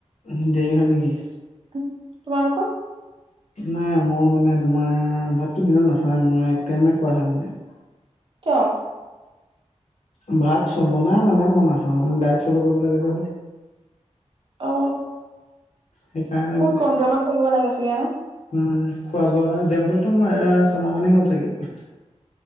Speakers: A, on the left; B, on the right.
A: উ দেৰি হয় নেকি?
B: উম তোমালোকৰ?
A: নাই মই মানে তোমাৰ ভাততো দিনত নাখাওৱে মই একটাইমে খোৱা হয় মানে।
B: কিয়?
A: ভাত চ বনাই মানে মই নাখাওঁ ডাইট ফ'ল' কৰিব লাগে যে।
B: অ',
A: সেইকাৰণে
B: বহুত
A: মানে
B: কনট্ৰলত থাকিব লাগে চাগে নে?
A: উম খোৱা বোৱা জাংক ফুডটো মোৰ এয়া ছমাহ মানেই হ'ল চাগে।